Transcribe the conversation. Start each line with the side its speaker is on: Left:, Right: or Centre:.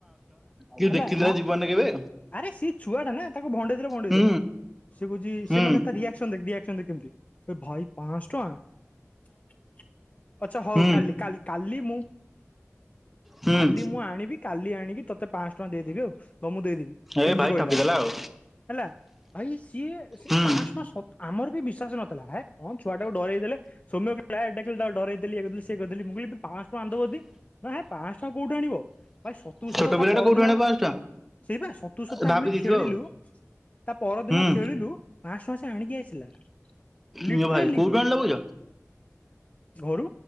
Centre: କେବେ
Left: ହେଲା
Centre: ଦେଖିଥିଲା
Left: ହଁ
Centre: ଜୀବନରେ କେବେ।
Left: ଆରେ ସିଏ ଛୁଆଟା ନା ତାକୁ ଭଣ୍ଡେଇ ଦେଲେ ଭଣ୍ଡେଇ
Centre: ହୁଁ
Left: ଦବ। ସେ କହୁଛି
Centre: ହୁଁ
Left: ସେ ମାନେ ତା ରିଆକ୍ସନ ଦେଖେ ରିଆକ୍ସନ ଦେଖେ କେମିତି। ଆରେ ଭାଇ ପାଆଁଶ ଟଙ୍କା ଚ-ଚ-ଚ ଆଛା ହଉ
Centre: ହୁଁ।
Left: କାଲି କାଲି କାଲି ମୁଁ
Centre: ହୁଁ
Left: କାଲି ମୁଁ ଆଣିବି। କାଲି ଆଣିବି। କି ତତେ ପାଆଁଶ ଟଙ୍କା ଦେଇଦେବି ଆଉ। ତ ମୁଁ ଦେଇଦେବି
Centre: ଏ
Left: ଏମିତି
Centre: ଭାଇ
Left: କହିଲା।
Centre: ଠକିଦେଲା ଆଉ
Left: ହେଲା ଭାଇ ସିଏ ସେ
Centre: ହୁଁ।
Left: ପାଆଁଶ ଟଙ୍କା ସତ ଆମର ବିଶ୍ୱାସ ନଥିଲା ହେ କଣ ଛୁଆ ଟାକୁ ଡରେଇ ଦେଲେ ସୌମ ବି ଏ ଦେଖିଲୁ ଡରେଇ ଦେଲି ଇଏ କରିଦେଲି ସିଏ କରିଦେଲି ମୁଁ କହିଲି ପାଆଁଶ ଟଙ୍କା ଆଣିବ ଯଦି ନା ହେ ପାଆଁଶ ଟଙ୍କା କୋଉଠୁ ଆଣିବ। ଭାଇ ସତୁକୁ
Centre: ଛୋଟ
Left: ଶତ ତା
Centre: ପିଲାଟା
Left: ପରଦିନ
Centre: କୋଉଠୁ ଆଣିବ
Left: ଆମେ
Centre: ପାଁଶ ଟଙ୍କା
Left: ସେଇ ପା ସତୁକୁ ଶତା
Centre: ଭାବି
Left: ଆମେ
Centre: ଦେଇଥିବ
Left: ଖେଳିଲୁ
Centre: ଆଉ
Left: ତା ପରଦିନ
Centre: ହୁଁ
Left: ଖେଳିଲୁ ପାଆଁଶ ଟଙ୍କା ସେ ଆଣିକି ଆସିଲା। ଲିଟ୍ରେଲି
Centre: ଇଲୋ ଭାଇ କୋଉଠୁ ଆଣିଲ ବୁଝ
Left: ଘରୁ